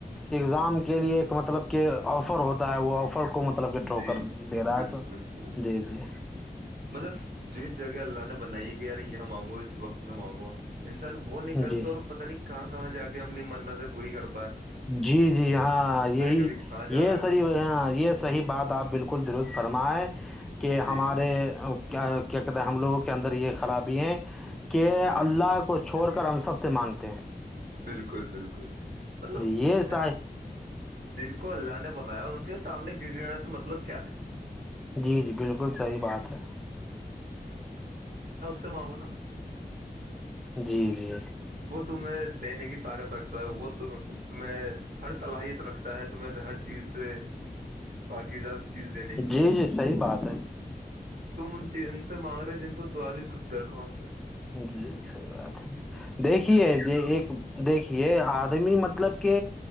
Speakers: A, in the centre; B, on the right.
A: ایگزام کے لیے ایک مطلب کہ آفر ہوتا ہے وہ آفر کو کو مطلب
B: اچ-
A: کہ ٹھوکر
B: جی
A: دے رہا
B: بالکل
A: ہے سب
B: بالکل
A: جی جی
B: مطلب جس جگہ اللہ نے بنائی کہ یار یہاں مانگو اس وقت میں مانگو انسان وہ نہیں کرتا
A: جی
B: اور پتہ نہیں کہاں کہاں جا کے اپنی منت پوری کر
A: جی جی ہاں یہی
B: کبھی کہاں جا
A: یہ
B: رہا
A: صحیح
B: ہے
A: ہاں یہ صحیح بات آپ بالکل درست فرمائے کہ
B: جی
A: ہمارے کیا کہتے ہیں ہم لوگوں کے اندر یہ خرابی ہیں کہ
B: جی
A: اللہ کو چھوڑ کر ہم سب سے مانگتے ہیں
B: بالکل بالکل مطلب
A: جی یہ
B: یار
A: صح
B: جن کو اللہ نے بنایا اور ان کے سامنے گر گانے سے مطلب کیا ہے
A: جی جی بالکل صحیح بات ہے
B: تمانگ ہو نا <inaudible>
A: جی جی
B: وہ تمہیں دینے کی طاقت رکھتا ہے وہ ت تمہیں ہر صلاحیت رکھتا ہے تو میں نے ہر چیز سے پاکیزہ چیز دینے کی
A: جی جی صحیح بات ہے
B: تم ان ان سے مانگ رہے جن کو دعا کی خود درخوا
A: جی سحی بات ہے دیکھیے ایک دیک یہ آدمی مطلب کہ